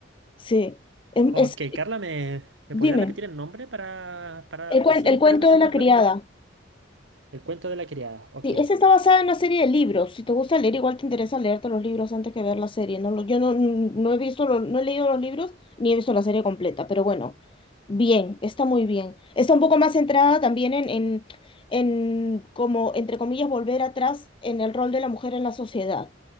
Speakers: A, on the left; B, on the right.
A: sí. Em-
B: Ok,
A: Es,
B: Carla, ¿me, me
A: dime,
B: podría repetir el nombre para, para
A: el,
B: así
A: cuen-
B: buscarla
A: el cuento
B: súper
A: de la criada.
B: rápido? El cuento de la criada. Ok.
A: Sí, esa está basada en una serie de libros. Si te gusta leer, igual te interesa leerte los libros antes que ver la serie. No, lo- yo no, no he visto, lo- no he leído los libros ni he visto la serie completa, pero bueno, bien, está muy bien. Está un poco más centrada también en, en, en como, entre comillas, volver atrás en el rol de la mujer en la sociedad.